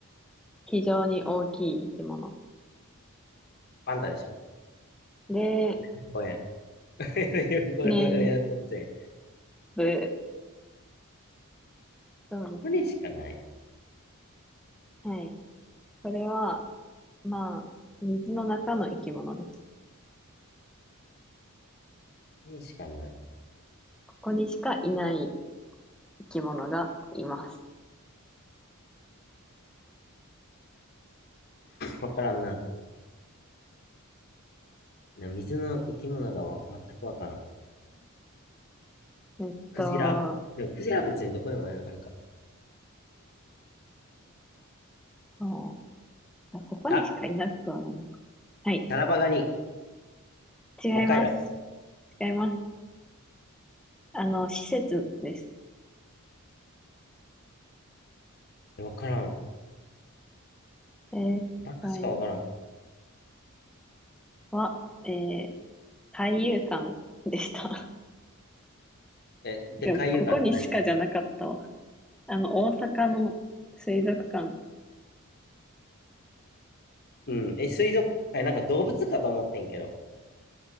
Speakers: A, in the centre; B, on the left.
A: 非常に大きい生き物。
B: パンダでしょ
A: で、
B: 上野公園。<laughs> これ上野動物園。
A: 年部、そうですね。
B: これしかない。こ
A: はい。それは、まあ、水の中の生き物です。
B: れしかない。
A: ここにしかいない生き物がいます。
B: わからんな。な、水の生き物がわ全くわからん。
A: えっと、
B: クジラでもクジラは別にどこにもあるか。
A: そうあここにしかいなくはないのか。
B: あ、
A: はい。
B: タラバガニ。
A: 違います。
B: 北海道。
A: 違います。あの、施設です。
B: わからん。
A: 正解
B: バカしかわからん。
A: は、えー海遊館でした。
B: え、
A: <laughs>
B: で、
A: でも、
B: 海遊館って何
A: ここにしかじゃなかったわ。あの、大阪の水族館。
B: うん。え、水族、え、なんか動物かと思ってんけど。